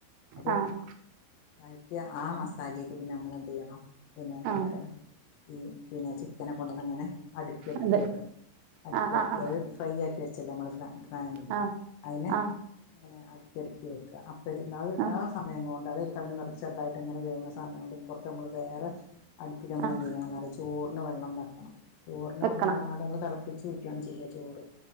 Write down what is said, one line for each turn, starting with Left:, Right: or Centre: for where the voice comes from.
Left: അത്
Right: ആഹ്
Left: വയറ്റിയ ആ മസാലീക്ക് പിന്നെ അമ്മളെന്ത് ചെയ്യണം പിന്നെ എന്താ
Right: ആഹ്
Left: പറയാ ഈ പിന്നെ ചിക്കനെ കൊണ്ടന്നങ്ങനെ അടുക്കി അടുക്കി
Right: അതെ
Left: വെക്കണം അടുക്കി
Right: ആഹ്
Left: അടുക്കി
Right: ആഹ്
Left: അത് ഫ്രൈ ആക്കി വെച്ച പിന്ന അമ്മള് ഫ്രാ പാനില്ലെ
Right: ആഹ്
Left: അയിനെ
Right: ആഹ് ആഹ്
Left: ഇങ്ങനാ അടുക്കി അടുക്കി വെക്ക <unintelligible>
Right: ആഹ്
Left: ആ സമയം കൊണ്ട് അതയില് കെടന്ന് ചെറ്തായിട്ട് അങ്ങനെ വേവുന്ന സമയം കൊണ്ട് ഇപ്പറത്ത് നമ്മള് വേറെ അടുപ്പില് അമ്മള്
Right: ആഹ്
Left: എന്ത് ചെയ്യണം ന്നറിയോ ചോറിന് വെള്ളം വെക്കണം ചോറിന്
Right: വെക്കണം
Left: വെള്ളംന്നറഞ്ഞാല് ഞമ്മള് തെളപ്പിച്ച് ഊറ്റണ് ചെയ്യാ ചോറ്